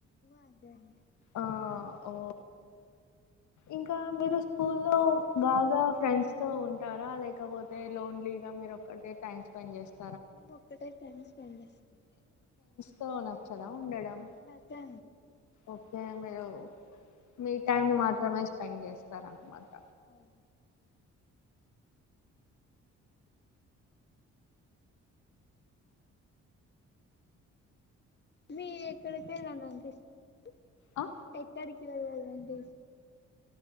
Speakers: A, on the left; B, on the left.
A: అదేడి <unintelligible>
B: ఆ ఓ ఇంకా మీరు స్కూల్ లో బాగా ఫ్రెండ్స్ తో ఉంటారా లేకపోతే లోన్లీగా మీరు ఒక్కటే టైం స్పెండ్ చేస్తారా
A: మేము ఒక్కటే టైం స్పెండ్ చేస్తాండి.
B: కో నచ్చదా ఉండడం
A: నాతో
B: ఓకే మీరు. మీ టైమ్ ని మాత్రమే స్పెండ్ చేస్తారన్నమాట.
A: అవును మీ ఎక్కడికేళ్ళలనిపిస్తాదండి.
B: ఆ
A: ఎక్కడికి వెళ్ళాలండి